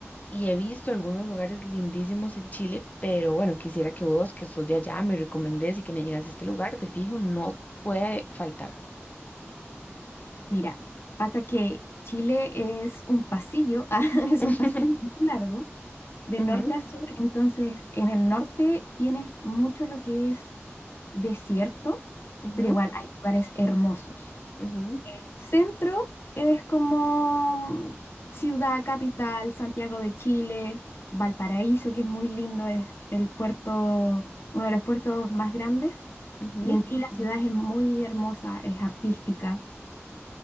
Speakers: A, on the left; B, on the left.
A: y he visto algunos lugares lindísimos en Chile, pero bueno, quisiera que vos, que sos de allá, me recomendés y que me llegas a este lugar, de fijo, no puede faltar.
B: Mira, pasa que Chile es un pasillo, <laughs> ah, es
A: <laughs>
B: un pasillo muy largo, de
A: Ujú,
B: norte a sur. Entonces, en el norte tienes mucho lo que es desierto,
A: ujú,
B: pero igual hay lugares hermosos.
A: ujú,
B: Centro es como mm, ciudad capital, Santiago de Chile, Valparaíso, que es muy lindo, es el puerto, uno de los puertos más grandes.
A: ujú.
B: Y en sí la ciudad es muy hermosa, es artística.